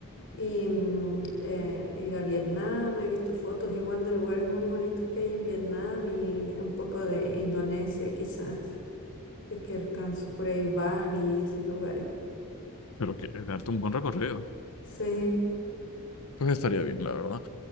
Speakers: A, on the left; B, on the left.
A: Y mm, eh, ir a Vietnam, he visto fotos igual de lugares muy bonitos que hay en Vietnam y un poco de Indonesia quizás, <laughs> si es que alcanzo por ahí Bali y esos lugares.
B: Pero quieres darte un buen recorrido.
A: Sí,
B: Pues estaría bien, la verdad.